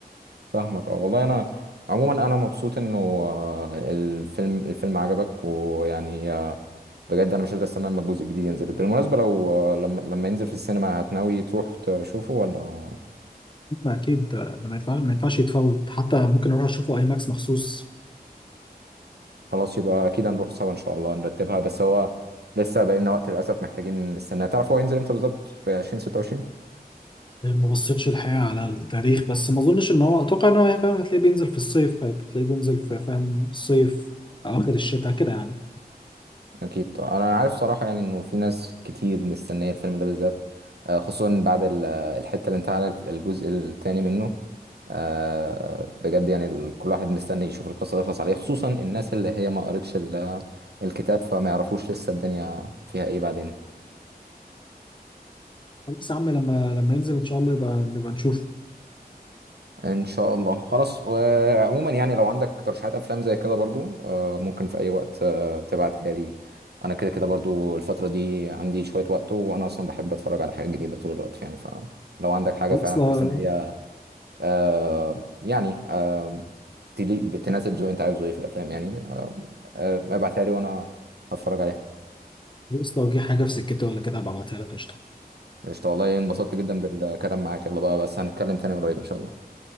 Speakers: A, on the right; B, on the left.
A: فاهمك اه والله انا عموما انا مبسوط انه آه، الفيلم الفيلم عجبك ويعني آه، بجد انا مش قادر استنى لما الجزء الجديد ينزل بالمناسبة لو لما لما ينزل في السينما هتناوي تروح تشوفه ولا
B: لا، اكيد آه، ده ما ينفعش ما ينفعش يتفوت حتى ممكن اروح اشوفه اي ماكس مخصوص
A: خلاص يبقى اكيد هنروح سوا ان شاء الله نرتبها بس هو لسه بقى لنا وقت للاسف محتاجين نستناه تعرف هو ينزل امتى بالظبط في 2026
B: ما بصيتش الحقيقه على التاريخ بس ما اظنش ان هو اتوقع ان هو فاهم هتلاقيه بينزل في الصيف هتلاقيه بينزل في فاهم الصيف اواخر الشتاء كده يعني
A: اكيد طبعاً. انا عارف صراحة يعني انه في ناس كتير مستنية الفيلم ده بالذات آه، خصوصا بعد ال- الحتة اللي انتهى على الجزء الثاني منه آه، بجد يعني ال- كل واحد مستني يشوف القصة تخلص عليه خصوصا الناس اللي هي ما قرتش ال- الكتاب فما يعرفوش لسه الدنيا فيها ايه بعدين
B: خلاص يا عم لما لما ينزل ان شاء الله يبقى نبقى نشوفه
A: ان شاء الله خلاص وعموما يعني لو عندك ترشيحات افلام زي كده برضو آه، ممكن في اي وقت آه، تبعتها لي انا كده كده برضو الفترة دي عندي شوية وقت وانا اصلا بحب اتفرج على حاجة جديدة طول الوقت يعني فلو عندك حاجة
B: خلاص
A: فعلا
B: لو
A: حاسس ان هي آه، يعني آه، تلي- تناسب ذوقي انت عايز ذوقي في الافلام يعني آه، آه، ابعتها لي وانا هتفرج عليها
B: خلاص لو جه حاجه في سكتي ولا كده هبقى ابعتها لك قشطه
A: قشطة والله انبسطت جدا بالكلام معاك يلا بقى بس هنتكلم تاني قريب ان شاء الله